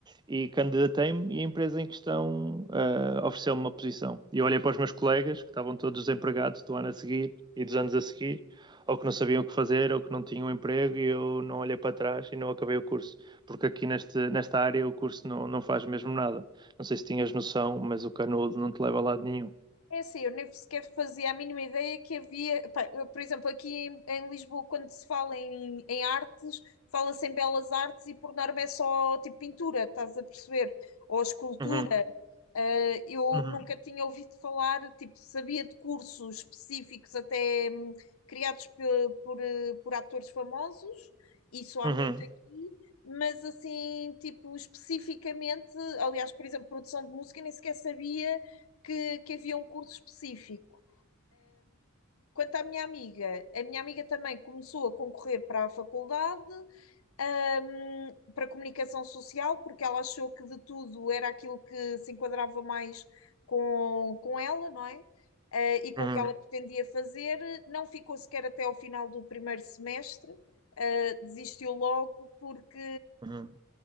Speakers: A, on the right; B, on the left.
A: e candidatei-me e a empresa em questão uh, ofereceu-me uma posição. E eu olhei para os meus colegas, que estavam todos desempregados do ano a seguir e dos anos a seguir, ou que não sabiam o que fazer, ou que não tinham emprego, e eu não olhei para trás e não acabei o curso. Porque aqui neste, nesta área o curso não, não faz mesmo nada. Não sei se tinhas noção, mas o canudo não te leva a lado nenhum.
B: É assim, eu nem sequer fazia a mínima ideia que havia. Pá, eu, por exemplo, aqui em, em Lisboa, quando se fala em, em artes, fala-se em belas artes e por norma é só tipo pintura, estás a perceber? Ou escultura.
A: Uhum,
B: Uh, eu
A: uhum,
B: nunca tinha ouvido falar, tipo, sabia de cursos específicos até hum, criados pe- por, eh, por, atores famosos, isso há
A: uhum,
B: muito aqui, mas assim, tipo, especificamente, aliás, por exemplo, produção de música, nem sequer sabia que, que havia um curso específico. Quanto à minha amiga, a minha amiga também começou a concorrer para a faculdade, hum, para comunicação social, porque ela achou que de tudo era aquilo que se enquadrava mais com, com ela, não é? Eh, e com
A: uhum,
B: o que ela pretendia fazer, não ficou sequer até ao final do primeiro semestre, eh, desistiu logo porque
A: uhum.